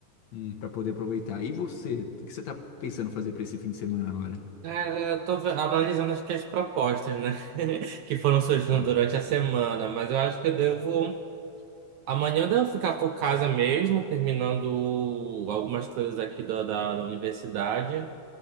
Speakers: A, on the left; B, on the right.
A: Hum, para poder aproveitar. E você, o que você tá pensando fazer para esse fim de semana agora?
B: Cara, eu tô ve- analisando acho que as propostas, né? <laughs> Que foram surgindo
A: Hum,
B: durante a semana. Mas eu acho que eu devo. Amanhã eu devo ficar por casa mesmo, terminando algumas coisas aqui da, da, da universidade.